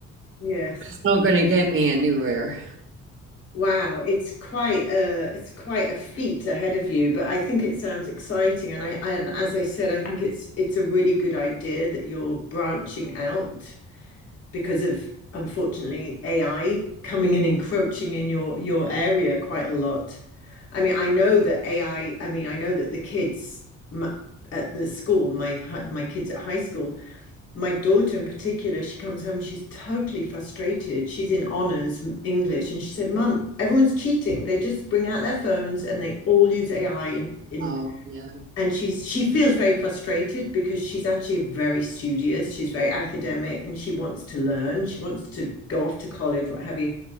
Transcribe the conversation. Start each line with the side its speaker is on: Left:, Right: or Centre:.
Left: Yes.
Right: It's not going to get me anywhere.
Left: Wow, it's quite a it's quite a feat ahead of you, but I think it sounds exciting. And I, I and as I said, I think it's it's a really good idea that you're branching out because of unfortunately AI coming and encroaching in your your area quite a lot. I mean, I know that AI, I I mean, I know that the kids m- at the school, my hi- my kids at high school, my daughter in particular, she comes home, she's totally frustrated. She's in honors English, and she said, "Mum, everyone's cheating. They just bring out their phones and they all use AI in in."
Right: Oh, yeah.
Left: And she's she feels very frustrated because she's actually very studious. She's very academic, and she wants to learn. She wants to go off to college, what have you.